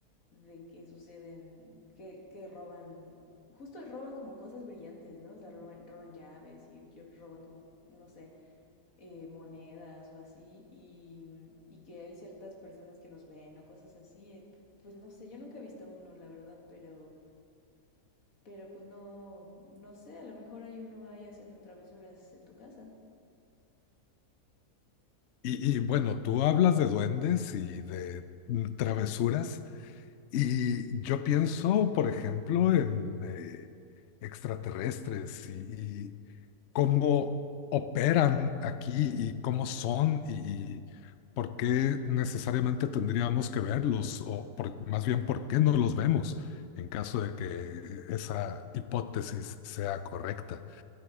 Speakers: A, on the left; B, on the left.
A: de que suceden, que, que roban, justo roban como cosas brillantes, ¿no? O sea, roban, roban llaves y roban como, no sé, eh, monedas o así, y, y que hay ciertas personas que los ven o cosas así. eh, Pues no sé, yo nunca he visto uno, la verdad, pero, pero pues no, no sé, a lo mejor hay uno ahí haciendo travesuras en tu casa.
B: Y, y bueno, tú hablas de duendes y de mm, travesuras, y yo pienso, por ejemplo, en eh, extraterrestres y, y cómo operan aquí y cómo son y, y por qué necesariamente tendríamos que verlos, o por- más bien por qué no los vemos en caso de que esa hipótesis sea correcta.